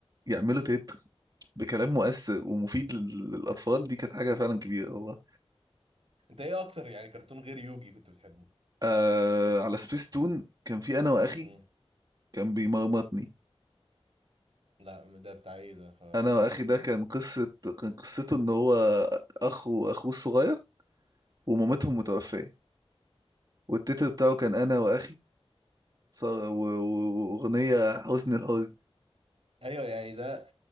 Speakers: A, on the right; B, on the right.
A: يعملوا تت بكلام مؤثر ومفيد لل- للاطفال دي كانت حاجه فعلا كبيره والله
B: انت ايه اكتر يعني كرتون غير يوجي كنت بتحبه
A: آه على سبيس تون كان في انا واخي
B: امم
A: كان بيمرمطني
B: لا ده بتاع ايه ده ففكرني
A: انا واخي
B: بيه
A: ده
B: كده
A: كان قصه كان قصته ان هو اخ واخوه الصغير ومامتهم متوفيه والتتر بتاعه كان انا واخي ص- و- و- وأغنية حزن الحزن
B: ايوه يعني ده